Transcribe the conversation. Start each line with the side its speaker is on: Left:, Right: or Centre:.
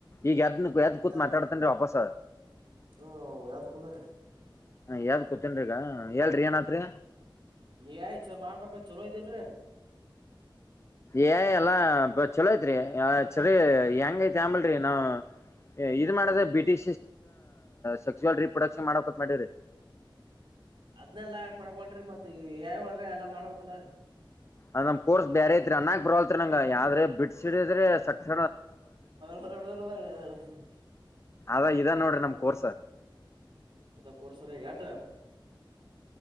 Left: ಈಗ ಯದ್ ಯ್ದ್ ಕೂತ್
Right: ದಲ್
Left: ಮಾತಾಡ್ತೇನ್ ವಾಪಸ
Right: ಹ್ಮ ಯಾವ್ದ ಕುಂದ್ರೀ
Left: ಹ ಯಾವ್ದ್ ಕತನ್ಗ ಹೇಳ್ರಿ ಏನತ್ರಿ
Right: ಯಯ್ಚಾ ಮಾಡ್ಬೇಕ ಚಲೋ ಇದಲ್ರಿ
Left: ಏ ಎಲ್ಲಾ ಚಲೋ ಐತ್ರಿ ಚರಿ ಹೆಂಗತಿ ಅಂಬಲ್ನಾವವು ಇದ್ ಮಾಡದ ಬಿಟಿ ಸೆಕ್ಸುವಲ್ ರೀಪ್ರೊಡಕ್ಷನ್ ಮಾಡಕತ್ ಮಾಡಿ್ರಿ
Right: ಅದ್ನೆಲ್ಲ ಯಾಕ್ ಮಾಡಕ್ ಹೋಂಟಿರಿ ಮತ್ ಏಐ ಒಳಗ ಎಲ್ಲಾ ಮಾಡ್ಬೇಕಲ್ಲ
Left: ಅ ನಮ್ ಕೋರ್ಸ್ ಬೇರೆ ಐತ್ರಿ ಅನ್ನಾಗ್ ಬರವಲ್ತ್ರಿ ನಂಗ ಯ ಆದ್ರೆ ಬಿಡ್ಸಡಿದ್ರೆ ಸಕ್ಸ
Right: ಬದ ಎಡುದದಗೇಯಿಗಿ
Left: ಅದ ಇದಾ ನೋಡ್ರಿ ನಮ್ ಕೋರ್ಸ
Right: ಇದು ಕೋರ್ಸರ ಎಟ